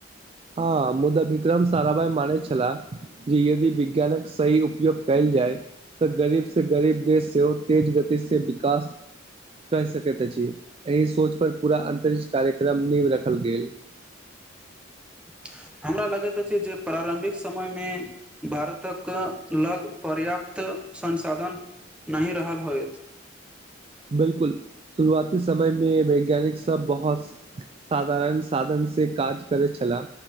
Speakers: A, on the right; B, in the centre.
A: हां, मुदा विक्रम सारा भाइ मानै छलाह जे यदि विज्ञानक सही उपयोग कैल। जाइ तऽ गरीब से गरीब देश सेहो तेज गति से विकास। कह सकैत अछि, एहि सोच पर पूरा अन्तरिक्ष कार्यक्रम नीव रखल गेल।
B: <inaudible> हमरा लगैत अछि जे प्रारम्भिक समय में भारतक लग पर्याप्त। त संसाधन नहि रहल होयत।
A: बिल्कुल, शुरुआती समय में वैज्ञानिक सब बहुत साधारण साधन। से काज करै छला।